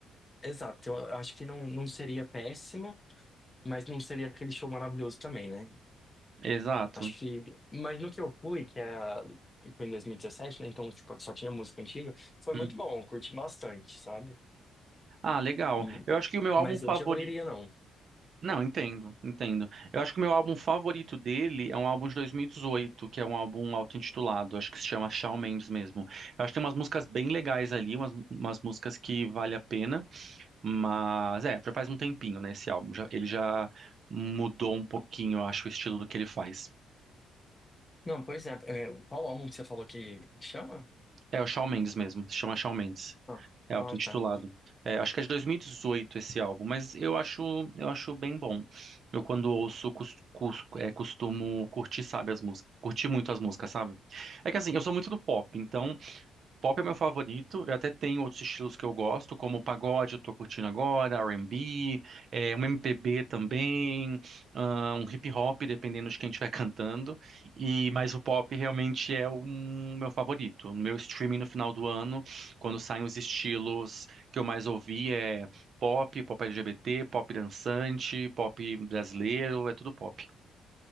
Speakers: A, on the left; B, on the right.
A: Exato. Eu acho que não, não seria péssimo, mas não seria aquele show maravilhoso também, né?
B: Exato.
A: Acho que. Mas no que eu fui, que era. Foi em 2017, né? Então tipo, só tinha música antiga. Foi
B: Hum.
A: muito bom, eu curti bastante, sabe?
B: Ah, legal.
A: Hum,
B: Eu acho que o meu álbum
A: Mas
B: favorito.
A: hoje eu não iria, não.
B: Não, entendo, entendo. Eu acho que o meu álbum favorito dele é um álbum de 2018, que é um álbum auto-intitulado, acho que se chama Shawn Mendes mesmo. Eu acho que tem umas músicas bem legais ali, umas, umas músicas que vale a pena. Mas é, já faz um tempinho, né, esse álbum. Já- ele já mudou um pouquinho, eu acho, o estilo do que ele faz.
A: Não, pois é. é, Qual álbum que você falou que chama?
B: É o Shawn Mendes mesmo, se chama Shawn Mendes.
A: Ah,
B: É auto-intitulado.
A: ah, tá.
B: É, acho que é de 2018 esse álbum, mas eu acho, eu acho bem bom. Eu quando ouço, cus- cus- é, costumo curtir, sabe, as músicas, curtir muito as músicas, sabe? É que assim, eu sou muito do pop, então Pop é meu favorito. Eu até tenho outros estilos que eu gosto, como o pagode, eu tô curtindo agora, R&B, é, um MPB também, ah, um hip hop, dependendo de quem estiver <laughs> cantando. E mas o pop realmente é o meu favorito. No meu streaming no final do ano, quando saem os estilos que eu mais ouvi é pop, pop LGBT, pop dançante, pop brasileiro, é tudo pop.